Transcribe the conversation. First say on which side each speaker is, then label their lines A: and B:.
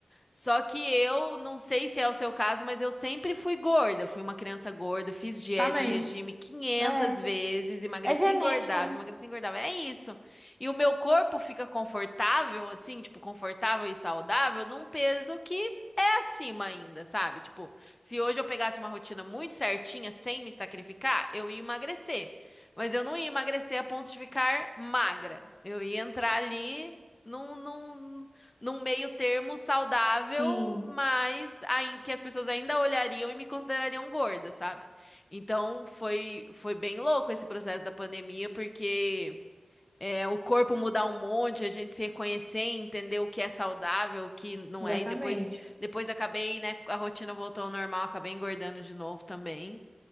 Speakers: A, on the left; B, in the centre.
A: Só que eu não sei se é o seu caso, mas eu sempre fui gorda. Fui uma criança gorda, fiz dieta
B: Também.
A: e regime 500
B: É.
A: vezes, emagreci,
B: É genética,
A: engordava,
B: né?
A: emagreci, engordava. É isso. E o meu corpo fica confortável, assim, tipo, confortável e saudável, num peso que é acima ainda, sabe? Tipo, se hoje eu pegasse uma rotina muito certinha, sem me sacrificar, eu ia emagrecer. Mas eu não ia emagrecer a ponto de ficar magra. Eu ia entrar ali. Não, num meio termo saudável,
B: Sim,
A: mas ai- que as pessoas ainda olhariam e me considerariam gorda, sabe? Então foi foi bem louco esse processo da pandemia, porque é, o corpo mudar um monte, a gente se reconhecer, entender o que é saudável, o que não
B: exatamente.
A: é, e depois depois acabei, né, a rotina voltou ao normal, acabei engordando de novo também.